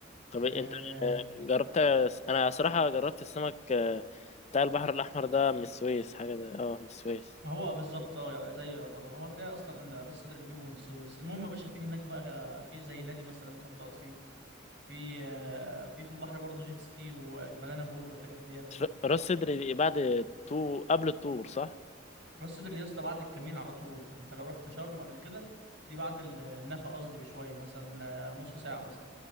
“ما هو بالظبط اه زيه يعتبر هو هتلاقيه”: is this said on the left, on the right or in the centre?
Right